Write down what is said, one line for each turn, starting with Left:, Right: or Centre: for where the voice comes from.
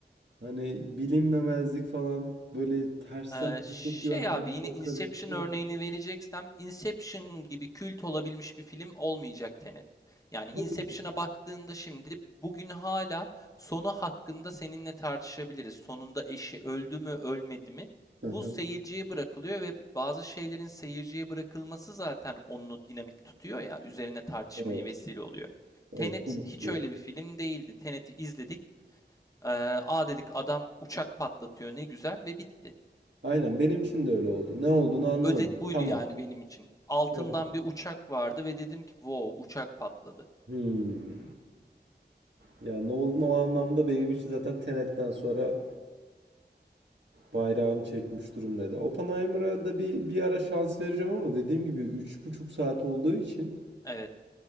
Right: hani bilinmemezlik falan böyle tersten
Left: Ee, şey
Right: akıtıyor her
Left: abi yine
Right: şey
Left: Inception
Right: karıştı.
Left: örneğini vereceksem Inception gibi kült olabilmiş bir film olmayacak Tenet. Yani Inception'a
Right: Tabii.
Left: baktığında şimdi bugün hala sonu hakkında seninle tartışabiliriz. Sonunda eşi öldü mü ölmedi mi?
Right: Hı
Left: Bu
Right: hı.
Left: seyirciye bırakılıyor ve bazı şeylerin seyirciye bırakılması zaten onu dinamik tutuyor ya üzerine tartışmaya
Right: Evet.
Left: vesile oluyor.
Right: Evet
Left: Tenet
Right: konuşturuyor.
Left: hiç öyle bir film değildi. Tenet'i izledik. Ee, aa dedik adam uçak patlatıyor ne güzel ve bitti.
Right: Aynen benim için de öyle oldu. Ne olduğunu anlamadım.
Left: Özet buydu
Right: Tamam.
Left: yani benim için. Altından
Right: Evet.
Left: bir uçak vardı ve dedim ki wow uçak patladı.
Right: Hmm. Ya Nolan o anlamda benim için zaten Tenet'ten sonra bayrağını çekmiş durumdaydı. Oppenheimer'a da bir, bir ara şans vereceğim ama dediğim gibi üç buçuk saat olduğu için
Left: Evet.